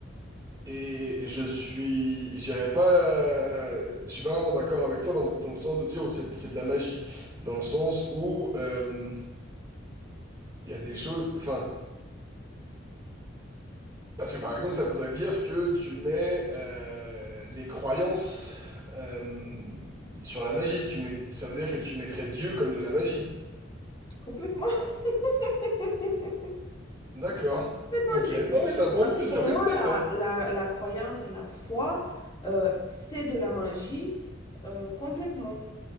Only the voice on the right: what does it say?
Et je suis, j'irais pas, euh, je suis pas vraiment d'accord avec toi dans le, dans le sens de dire oh, c'est c'est de la magie. Dans le sens où euh, il y a des choses, enfin, parce que par exemple, ça voudrait dire que tu mets euh, les croyances euh, sur la magie. Tu mets, ça veut dire que tu mettrais Dieu comme de la magie.
D'accord.
Ok.
Non, mais c'est un point de vue, je
le respecte,
hein.